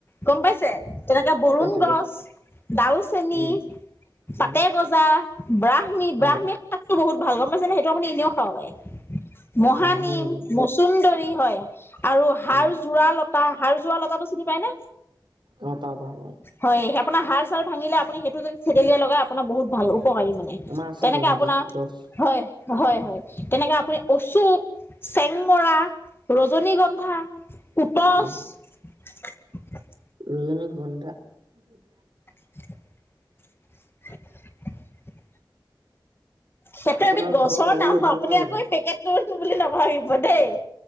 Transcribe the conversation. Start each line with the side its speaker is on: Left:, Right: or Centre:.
Left: গম পাইছে তেনেকে বৰুণ
Right: পাইছোঁ,
Left: গছ,
Right: পাইছোঁ,
Left: ডালচেনি,
Right: উম,
Left: পাতে
Right: উম,
Left: গজা, ব্ৰাহ্মী
Right: হয়,
Left: -ব্ৰাহ্মী, বহুত ভাল গম পাইছোনে সেইটো আপুনি এনেও খাব পাৰে, মহানিম,
Right: অ', হয় নেকি?
Left: মচুন্দৰী, হয়। আৰু হাৰ
Right: অ',
Left: যোৰা লতা, হাৰ যোৰা লতাটো চিনি পায় নে?
Right: অ', পাওঁ, পাওঁ, পাওঁ,
Left: হয়, আপোনাৰ হাৰ, ভাঙিলে আপুনি সেইটো যদি থেতেলিয়াই লগাই আপোনাৰ বহুত, ভালো। কয় মানে,
Right: আমাৰ আছেতো
Left: তেনেকে
Right: এনেকুৱা
Left: আপোনাৰ
Right: গছ।
Left: হয়, হয় -হয় তেনেকে আপুনি অচোক, চেংমৰা, ৰজনীগন্ধা, পুটচ,
Right: ৰজ-
Left: <inaudible>
Right: <unintelligible>
Left: <inaudible> সেইটো
Right: আপোনাৰ
Left: এবিধ গছৰ
Right: ঘৰৰ সকলোৰে
Left: নাম হয়,
Right: ভাল
Left: আপুনি
Right: নহয়
Left: আকৌ
Right: জানো?
Left: এই পেকেটটো, টো বুলি নাভাবিব, দেই